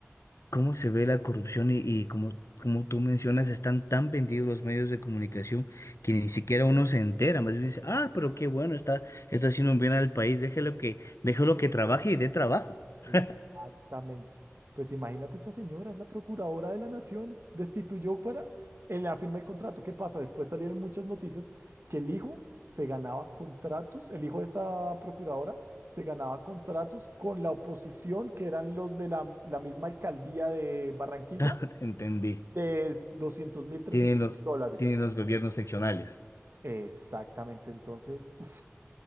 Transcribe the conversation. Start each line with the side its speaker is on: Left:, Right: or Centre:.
Left: cómo se ve la corrupción y, y como, como tú mencionas, están tan vendidos los medios de comunicación que ni siquiera uno se entera, más bien dice, ah, pero qué bueno, está, está haciendo un bien al país, déjelo que, déjelo que trabaje y dé trabajo.
Right: Exactamente.
Left: <laughs>
Right: Pues imagínate esta señora, es la procuradora de la nación, destituyó para él le firma el contrato. ¿Qué pasa? Después salieron muchas noticias que el hijo se ganaba contratos, el hijo de esta procuradora se ganaba contratos con la oposición, que eran los de la, la misma alcaldía de Barranquilla,
Left: Ya Entendí.
Right: de doscientos mil, trescientos
Left: Tienen los,
Right: mil dólares.
Left: tienen los gobiernos seccionales.
Right: Exactamente, entonces, uf,